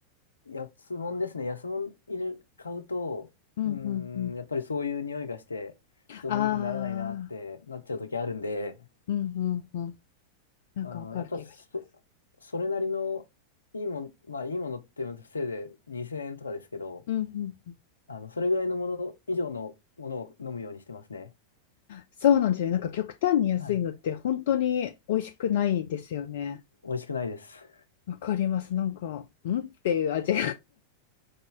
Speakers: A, on the left (about 75°); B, on the left (about 55°).
A: 安物ですね。安物入れ、買うと、
B: うんうんうん。
A: うーん、やっぱりそういう匂いがして、ちょっと飲む気にならないなってなっちゃう時あるんで、
B: ああ、うんうんうん。なんかわかる気がします。
A: あの、やっぱそ、それなりのいいもん、まあいいものってせいで2000円とかですけど、
B: うんうんうん。
A: あの、それぐらいのもの以上のものを飲むようにしてますね。
B: そうなんですよね。なんか極端に安いのって本当に美味しくないですよね。
A: はい。美味しくないです。
B: わかります。なんか、んっていう味。